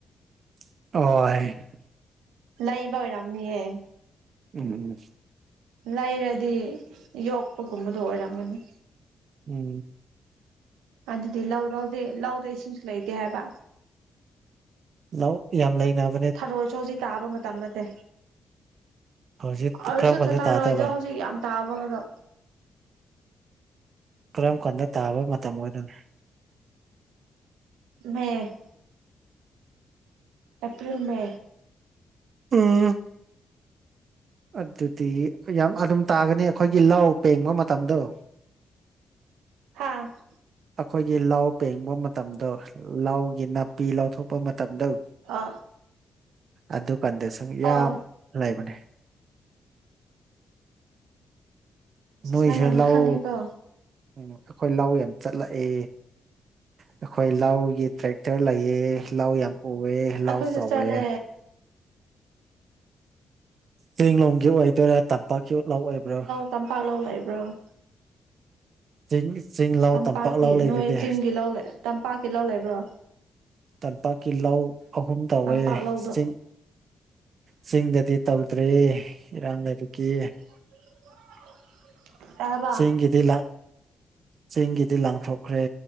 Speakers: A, on the right; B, on the right.
A: ꯍ
B: ꯂꯥꯛꯌꯦꯕ ꯏꯔꯝꯅꯤꯌꯦ
A: ꯎꯝ
B: ꯂꯩꯔꯗꯤ ꯌꯣꯛꯄꯒꯨꯝꯕꯗꯣ ꯑꯣꯏꯔꯝꯒꯅꯤ
A: ꯎꯝ
B: ꯑꯗꯨꯗꯤ ꯂꯧ ꯂꯧꯗꯦ ꯂꯧꯗꯦ ꯏꯁꯤꯡꯁꯨ ꯂꯩꯇꯦ ꯍꯥꯏꯕ
A: ꯂꯥꯎ ꯌꯥꯝ ꯂꯩ ꯅꯕꯥ
B: ꯊꯔꯣꯏꯁꯨ ꯍꯧꯖꯤꯛ ꯇꯥꯕ ꯃꯇꯝ ꯅꯠꯇꯦ
A: ꯍꯧꯖꯤꯛ
B: ꯑꯗꯨꯁꯨ
A: ꯀꯔꯝ ꯀꯥꯟꯗ
B: ꯊꯥꯔꯣꯏꯗꯣ
A: ꯇꯥꯗꯕ
B: ꯍꯧꯖꯤꯛ ꯌꯥꯝ ꯇꯥꯏꯔꫭꯏꯕꯥ
A: ꯀꯔꯝ ꯀꯥꯟꯗ ꯇꯥꯕ ꯃꯇꯝ ꯑꯣꯏꯗꯧ ꯅꯣ
B: ꯃ° ꯑꯦꯄ꯭꯭ꯔꯔꯤꯟ ꯃꯦ
A: ꯎꯝ ꯑꯗꯨꯗꯤ ꯌꯥꯝ ꯑꯗꯨꯝ ꯇꯥꯒꯅꯤ ꯑꯩꯈꯣꯏꯒꯤ ꯂꯧ ꯄꯦꯡꯕꯥ ꯃꯇꯝꯗꫭ꯫
B: ꯍꯥꯥꯍꯍ
A: ꯑꯩꯈꯣꯏꯒꯤ ꯂꯧ ꯄꯦꯡꯕꯥ ꯃꯇꯝꯗꯣ ꯂꯧꯒꯤ ꯅꯥꯄꯤ ꯂꯧꯊꯣꯛꯄ ꯃꯇꯝ ꯃꯇꯝꯗꯧ
B: ꯑ
A: ꯑꯗꯨꯀꯥꯟꯗꯁꯨꯨꯝ ꯌꯥꯝ
B: ꯑꯣ
A: ꯂꯩꯕꯅꯦ ꯅꯣꯏꯁꯨ
B: ꯆꯁ ꯅ ꯌꯥꯝ ꯑꯃ
A: ꯂꯧ
B: ꯈꯪꯉꯦꯀꯣ
A: ꯎꯝ ꯑꯩꯈꯣꯏ ꯂ ꯌꯥꯝ ꯆꯠꯂꯛꯑꯦ ꯑꯩꯈꯣꯏ ꯂꯒꯤ ꯇ꯭ꯔꯦꯛꯇꯔ ꯂꯩꯌꯦ ꯂ ꯌꯥꯝ ꯎꯑꯦ ꯂꯧ
B: ꯑꯩꯈꯣꯏꯁ
A: ꯆꯥꯎꯋꯦ
B: ꯆꯂꯦ
A: ꯇꯡꯂꯣꯝꯒꯤ ꯑꯣꯏꯗꯣꯏꯔꯥ ꯇꯝꯄꯥꯛꯀꯤ ꯂꯥꯎ ꯑꯣꯏꯕ꯭ꯔꯥ
B: ꯇꯝꯄꯥꯛꯂ ꯂꯩꯕ꯭ꯔꯣ
A: ꯆꯤꯡ ꯆꯤꯡ ꯂꯥꯎ
B: ꯇꯝꯄꯥꯛꯀꯤ
A: ꯇꯝꯄꯥꯛ ꯂꯥꯎ ꯂꯩꯔꯗꯤ
B: ꯅꯣꯏ ꯆꯤꯡꯒꯤ ꯂꯧ ꯂꯩ ꯇꯝꯄꯥꯛꯀꯤ ꯂꯧ ꯂꯩꯕ꯭ꯔꯣ
A: ꯇꯝꯄꯥꯛ ꯀꯤꯜꯍꯧ ꯑꯍꯨꯝ ꯇꯧꯋꯦ
B: ꯇꯝꯄꯥꯛ ꯂꯧꯗꯣ
A: ꯆꯤꯡ ꯆꯤꯡꯗꯗꯤ ꯇꯧꯗ꯭ꯔꯦ ꯏꯔꯥꯡ ꯂꯥꯏꯕꯛꯀꯤ
B: <unintelligible> ꯍꯥꯏꯕ
A: ꯆꯦꯡꯒꯤꯗꯤ ꯂ ꯆꯦꯡꯒꯤꯗꯤ ꯂꯥꯡꯊꯣꯛꯈ꯭ꯔꯦ